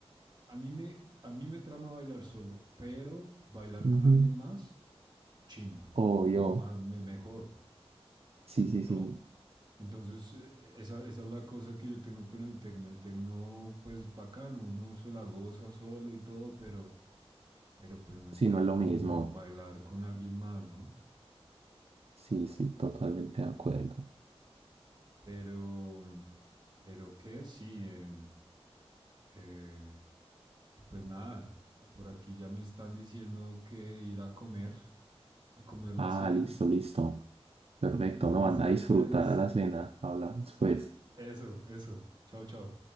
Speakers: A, on the right; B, on the right.
A: a mí me, a mí me trama bailar solo, pero bailar
B: Ujú.
A: con alguien más, chimba,
B: Obvio.
A: ¿no? Más, mejor,
B: Sí, sí,
A: ¿no?
B: sí.
A: Entonces, eh, esa, esa es la cosa que yo tengo con el tecno. El tecno, pues bacano, uno se la goza solo y todo, pero, pero pues no está
B: Sí, no es
A: como
B: lo mismo.
A: bailar con alguien más, ¿no?
B: Sí, sí, totalmente de acuerdo.
A: Pero, mm, pero qué sí, em, eh, pues nada, ah, por aquí ya me están diciendo que ir a comer, a comer la
B: Ah,
A: cena.
B: listo, listo. Perfecto,
A: Entonces,
B: no, anda a disfrutar
A: pues
B: la cena. Hablamos pues.
A: eso, eso. Chao, chao.